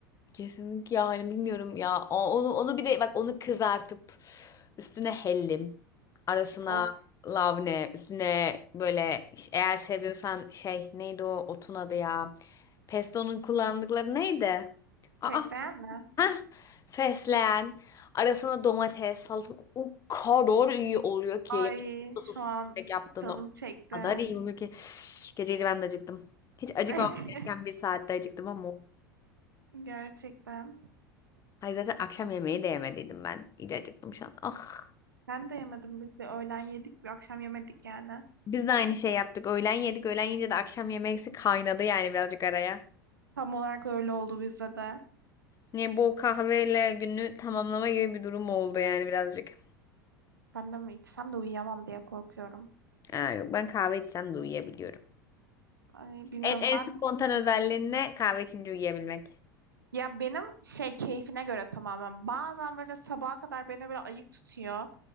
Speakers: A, on the left; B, on the right.
A: Kesinlikle yani bilmiyorum ya. O- Onu onu bir de bak onu kızartıp üstüne hellim, arasına
B: Of
A: lavne, üstüne böyle eğer seviyorsan şey neydi o otun adı ya? Pesto'nun kullandıkları neydi? Aa,
B: fesleğen mi?
A: heh, fesleğen, arasına domates, salatalık o kadar iyi oluyor ki.
B: Ay
A: Yani sosu
B: şu an
A: sürekli yaptığını
B: canım
A: o
B: çekti.
A: kadar iyi oluyor ki. <sighs> Gece gece ben de acıktım. Hiç acıkmamam
B: <laughs>
A: gereken bir saatte acıktım ama
B: Gerçekten.
A: Hayır zaten akşam yemeği de yemediydim ben. İyice acıktım şu an. Ah.
B: Ben de yemedim. Biz bir öğlen yedik, bir akşam yemedik yani.
A: Biz de aynı şey yaptık. Öğlen yedik. Öğlen yiyince de akşam yemeksi kaynadı yani birazcık araya.
B: Tam olarak öyle oldu bizde de.
A: Ne bol kahveyle günü tamamlama gibi bir durum oldu yani birazcık.
B: Ben de mi içsem de uyuyamam diye korkuyorum.
A: Aa, yok ben kahve içsem de uyuyabiliyorum.
B: Ay, bilmiyorum
A: En, en
B: ben
A: spontan özelliğin ne? Kahve içince uyuyabilmek.
B: ya benim şey keyfine göre tamamen. Bazen böyle sabaha kadar beni böyle ayık tutuyor.